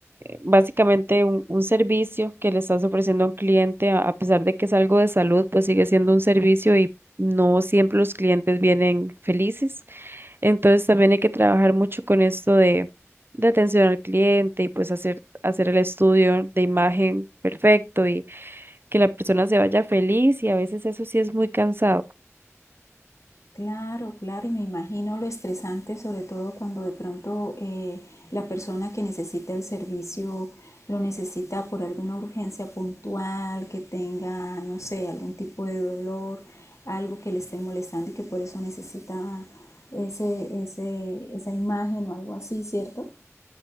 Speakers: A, on the right; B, on the left.
A: básicamente un, un servicio que le estás ofreciendo a un cliente, a, a pesar de que es algo de salud, pues sigue siendo un servicio y no siempre los clientes vienen felices. Entonces también hay que trabajar mucho con esto de, de atención al cliente y pues hacer, hacer el estudio de imagen perfecto y que la persona se vaya feliz y a veces eso sí es muy cansado.
B: Claro, claro, y me imagino lo estresante, sobre todo cuando de pronto eh, la persona que necesita el servicio lo necesita por alguna urgencia puntual, que tenga, no sé, algún tipo de dolor, algo que le esté molestando y que por eso necesita ese, ese, esa imagen o algo así, ¿cierto?